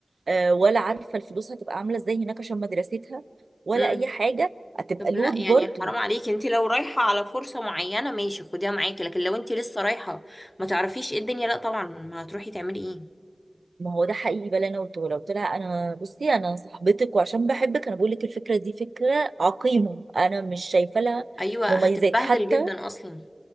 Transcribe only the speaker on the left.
امم
طب
لا يعني
حرام عليكي انت لو رايحه على فرصه معينه ماشي خديها معاكي لكن لو انت لسه رايحه ما تعرفيش ايه الدنيا لا طبعا ما هتروحي تعملي ايه
ايوه هتتبهدل
جدا اصلا